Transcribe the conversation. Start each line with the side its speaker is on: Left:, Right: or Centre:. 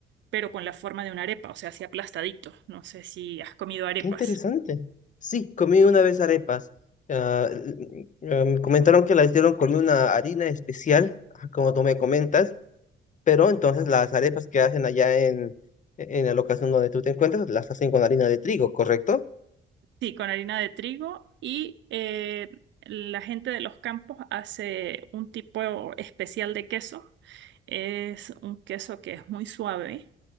Right: pero con la forma de una arepa, o sea, así aplastadito. No sé si has comido arepas.
Left: Qué interesante. Sí, comí una vez arepas. Ah, l- eh, me comentaron que las hicieron con una harina especial, ah, como tú me comentas, pero entonces las arepas que hacen allá en, en la locación donde tú te encuentras, las hacen con harina de trigo, ¿correcto?
Right: Sí, con harina de trigo y eh, la gente de los campos hace un tipo especial de queso. Es un queso que es muy suave